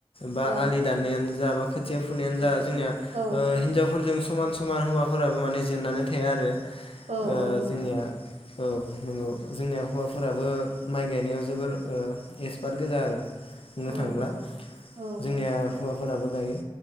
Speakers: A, on the left; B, on the right.
A: बा
B: औ
A: आलि दाननायानो जा बा खोथिया फुनायानो जा जोंनिया
B: औ
A: ओ हि नजावफोरजों समान समान हौवाफोराबो माने जेननानै थाया आरो ओ
B: औ औ नोंथां
A: जोंनिया औ नंगौ जोंनिया हौवा फोराबो माइ गायनायाव जोबोर ओ एक्सपार्ट गोजा आरो बुंनो
B: औ
A: थाङोब्ला
B: औ औ
A: जोंनिया
B: औ
A: हौवाफोराबो गायो